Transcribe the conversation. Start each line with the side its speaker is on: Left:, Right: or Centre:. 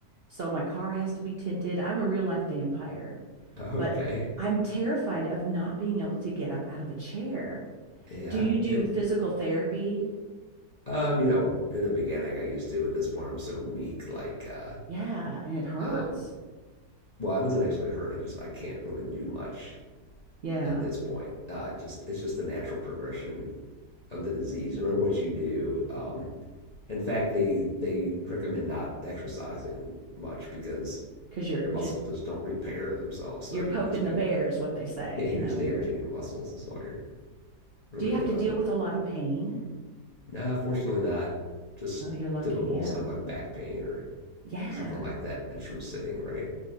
Right: So my car has to be tinted. I'm a real life vampire,
Left: <laughs> Okay.
Right: but I'm terrified of not being able to get up out of a chair.
Left: Yeah.
Right: Do you do
Left: It.
Right: physical therapy?
Left: Um. You know, in the beginning, I used to, but at this point, I'm so weak. Like, uh,
Right: Yeah, and it hurts.
Left: um, well, it doesn't actually hurt. I just I can't really do much
Right: Yeah,
Left: at this point. Uh, just it's just the natural progression of the disease, no matter what you do. Um, in fact, they they recommend not exercising much because
Right: because you're
Left: your muscles
Right: just
Left: just don't repair themselves. So
Right: you're
Left: you
Right: poking
Left: just be
Right: the bear is what they
Left: <laughs>
Right: say.
Left: yeah, you're
Right: You know,
Left: just
Right: you're
Left: damaging your muscles. That's all you're really
Right: do you have
Left: doing.
Right: to deal with a lot of pain?
Left: No, fortunately not. Just
Right: Oh, you're lucky.
Left: typical
Right: Yeah.
Left: stuff like back pain or
Right: Yeah.
Left: something like that just from sitting, right?